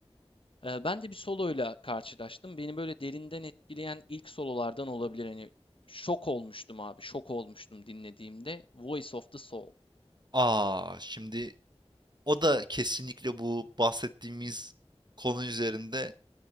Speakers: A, on the left (about 55°); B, on the right (about 45°).
A: Ee, ben de bir soloyla karşılaştım. Beni böyle derinden etkileyen ilk sololardan olabilir. Hani şok olmuştum abi, şok olmuştum dinlediğimde. Voice of the Soul.
B: A! Şimdi o da kesinlikle bu bahsettiğimiz konu üzerinde